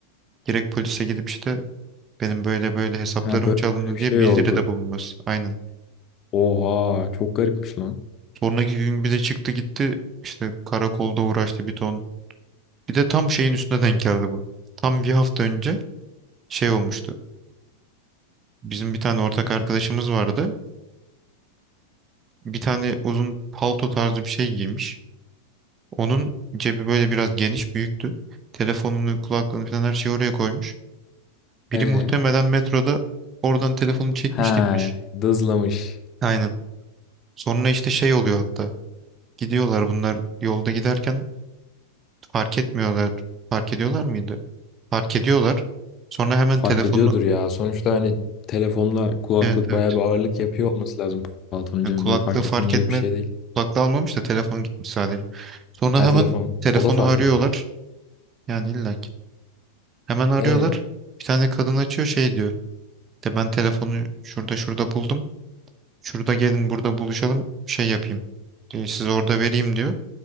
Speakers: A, on the right; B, on the left.
A: Direkt polise gidip işte benim böyle böyle hesaplarım
B: Ha böyle
A: çalındı
B: böyle bir şey
A: diye bildiride
B: oldu.
A: bulunması. Aynen.
B: Oha çok garipmiş lan.
A: Sonraki gün bir de çıktı gitti işte karakolda uğraştı bir ton. Bir de tam şeyin üstüne denk geldi bu. Tam bir hafta önce şey olmuştu. Bizim bir tane ortak arkadaşımız vardı. Bir tane uzun palto tarzı bir şey giymiş. Onun cebi böyle biraz geniş büyüktü. Telefonunu, kulaklığını falan her şeyi oraya koymuş. Biri
B: E
A: muhtemelen metroda oradan telefonu çekmiş
B: ha
A: gitmiş.
B: dızlamış.
A: Aynen. Sonra işte şey oluyor hatta. Gidiyorlar bunlar yolda giderken fark etmiyorlar. Fark ediyorlar mıydı? Fark ediyorlar. Sonra hemen
B: Fark
A: telefonu
B: ediyordur ya. Sonuçta hani telefonla kulaklık
A: evet evet.
B: bayağı bir ağırlık yapıyor olması lazım paltonun
A: Yani
B: cebinde.
A: kulaklığı
B: O fark
A: fark
B: edilmeyecek
A: etme
B: bir şey değil.
A: kulaklığı almamış da telefon gitmiş sadece. Sonra
B: Ha
A: hemen
B: telefon.
A: telefonu
B: O da fark
A: arıyorlar.
B: edilir.
A: Yani illaki. Hemen arıyorlar.
B: E
A: Bir tane kadın açıyor şey diyor. De ben telefonu şurada şurada buldum. Şurada gelin burada buluşalım şey yapayım. Diyor, size orada vereyim diyor.